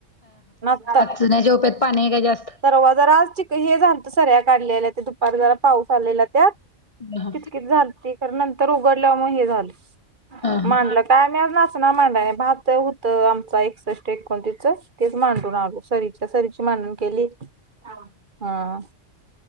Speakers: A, on the right; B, on the left.
A: ना त,
B: तण्याच्या ओव्यात पाणी हाय का जास्त.
A: तरवा जरा आज चिक हे झात सऱ्या काढलेल्या ते दुपार जरा पाऊस आलेला त्यात.
B: हा
A: कितकित झाल खरं नंतर उघडल्या म हे झालं.
B: हा
A: मांडलं काय मी नाचना मांडला नाही भात होतं आमचा एकसष्ट एकोणतीसच. तेच मांडून आलो सरीच्या सरीची मांडण केली हा,